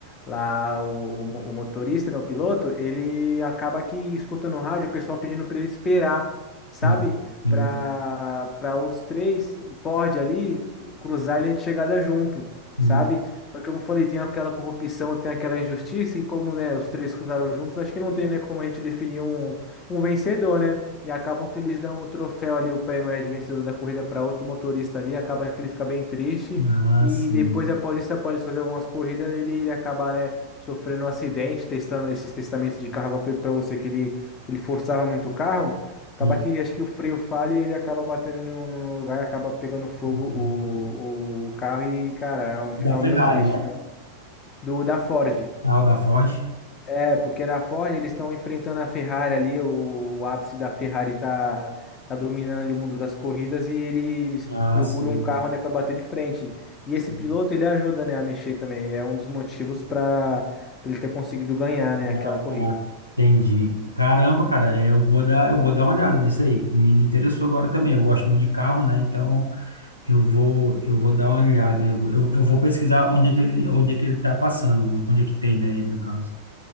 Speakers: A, on the left (about 30°); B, on the left (about 80°).
A: lá, o, o mo- o motorista, né, o piloto, ele acaba que escutando no rádio o pessoal pedindo para ele esperar, sabe?
B: sim, sim,
A: Para para os três Ford ali cruzar a linha de chegada junto,
B: sim.
A: sabe? Só que, como eu falei, tem aquela corrupção, tem aquela injustiça, e como, né, os três cruzaram juntos, acho que não tem, né, como a gente definir um um vencedor, né? E acabam que eles dão o troféu ali, o prêmio, né, de vencedor da corrida para outro motorista ali, acaba que ele fica bem triste
B: Ah,
A: e
B: sim,
A: depois após isso, após fazer algumas corridas, ele, ele acaba, né, sofrendo um acidente, testando esses testamentos de carro, igual eu falei para você que ele, que ele forçava muito o carro,
B: sim.
A: acaba que acho que o freio falha e ele acaba batendo em um lugar e acaba pegando fogo
B: Hum.
A: o, o carro e, cara, é um
B: Da
A: final
B: Ferrari,
A: meio triste,
B: né?
A: né? Do da Ford.
B: Ah, o da Ford.
A: É, porque na Ford eles estão enfrentando a Ferrari ali, o, o ápice da Ferrari tá, tá dominando ali o mundo das corridas e ele- eles
B: Ah,
A: procuram
B: sim.
A: um carro, né, para bater de frente. E
B: sim.
A: esse piloto, ele ajuda, né, a mexer também, é um dos motivos para ele ter conseguido ganhar, né, aquela
B: Ah,
A: corrida.
B: tá. Entendi. Caramba, cara, é, eu vou dar, eu vou dar uma olhada nisso aí, que me, me interessou agora também. Eu gosto muito de carro, né? Então eu vou, eu vou dar uma olhada. Eu, vou- eu, eu vou pesquisar onde é que ele, onde é que ele tá passando, onde é que tem, né, ele no caso.